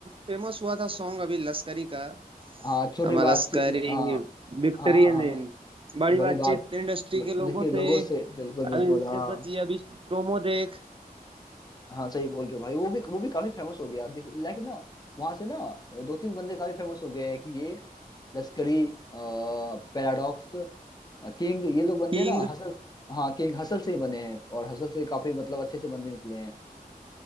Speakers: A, on the right; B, on the left.
A: फेमस हुआ था सॉन्ग अभी लश्करी का
B: हाँ छोटी
A: हमारा
B: बात
A: लश्करी
B: हाँ
A: विक्ट्री
B: हाँ हाँ
A: एंड इन
B: हाँ
A: बड़ी
B: बड़ी
A: बातचीत
B: बात
A: इंडस्ट्री
B: बट
A: के लोगों
B: देखिए लोगों
A: से
B: से बिल्कुल बिल्कुल
A: अभी इज्जत
B: हाँ
A: बची अभी प्रोमो देख
B: हाँ सही बोल रहे हो भाई वो भी वो भी काफी फेमस हो गया देखिए लाइक ना वहां से ना दो तीन बंदे काफी फेमस हो गए हैं कि ये लश्करी पैराडॉक्स किंग ये लोग बंदे
A: किंग
B: ना हसल हाँ किंग हसल से ही बने हैं और हसल से काफी मतलब अच्छे से बंदे निकले हैं